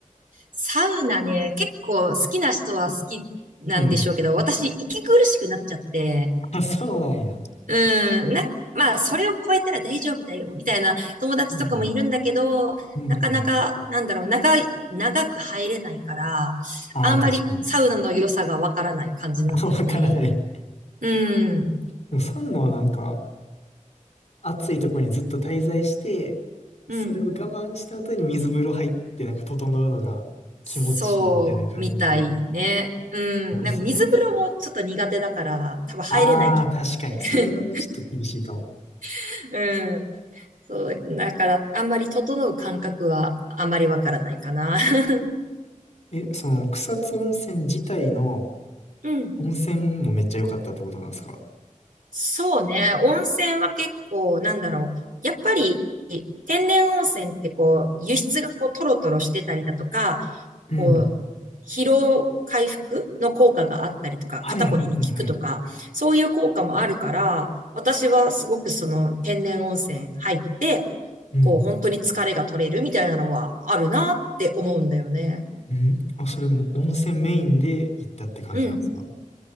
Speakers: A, on the right; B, on the left.
A: サウナね、結構好きな人は好きなんでしょうけど、
B: うん。
A: 私、息苦しくなっちゃって、
B: あ、そうなんや。
A: うん、な、まあ、それを超えたら大丈夫だよ、みたいな友達とかもいるんだけど、
B: うんうん。
A: なかなか、
B: うんうん。
A: なんだろう、長い、長く入れないから、
B: ああ、
A: あんまりサウナの良さがわからない感じなんだよね。
B: 確かに。<laughs> わからない
A: うん、
B: でもサウナはなんか、暑いところにずっと滞在して、
A: うん。
B: それを我慢した後に水風呂入って、なんか整うのが気持ちいいみたいな感じ
A: そう、みたいね。うん、
B: なんですよね。
A: なんか水風呂もちょっと苦手だから、多分入れない気がし
B: ああ、確かに。それはちょっと厳しいかも。
A: て。<laughs> うん、そう、だから、あんまり整う感覚はあんまりわからないかな。<laughs>
B: え、その草津温泉自体の
A: うん。
B: 温泉もめっちゃ良かったってことなんですか
A: そうね。温泉は結構、なんだろう。やっぱり、天然温泉ってこう、輸出がこう、トロトロしてたりだとか、
B: うん。
A: こう、疲労回復の効果があったりとか、
B: はいはいはいはい。
A: 肩こりに効くとか、そういう効果もあるから、私はすごくその天然温泉入って、
B: うん。
A: こう、本当に疲れが取れるみたいなのはあるなって思うんだよね。
B: うん。あ、それも温泉メインで行ったって感じなんですか
A: うん